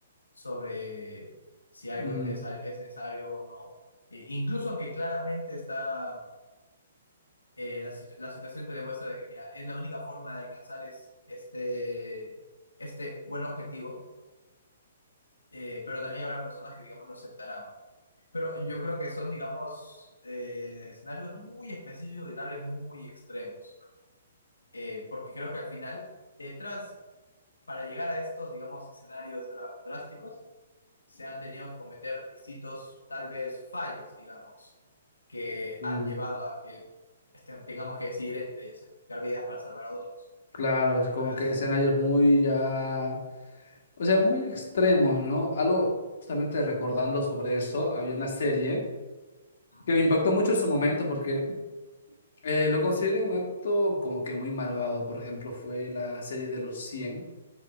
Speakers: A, on the left; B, on the left.
A: sobre si algo
B: Mm,
A: es necesario, es necesario o no. Eh, incluso aunque claramente está, eh, la, situ- la situación te demuestra de que, mira, es la única forma de alcanzar es, este, este buen objetivo eh, pero también habrán personas que, digamos, lo aceptarán. Pero yo creo que son, digamos, eh, escenarios muy específicos y tal vez muy extremos, eh, porque creo que al final, detrás, para llegar a estos, digamos, escenarios dra- drásticos, se han tenido que cometer distintos, tal vez, fallos, digamos, que
B: mm,
A: han llevado a que este, tengamos que decidir entre sacrificar vidas para salvar a otros.
B: claro, es
A: Entonces,
B: como que escenarios muy ya, o sea, muy extremos, ¿no? Algo justamente recordando sobre eso, había una serie
A: ujú,
B: que me impactó mucho en su momento porque eh, lo consideré un acto como que muy malvado. Por ejemplo, fue la serie de los cien.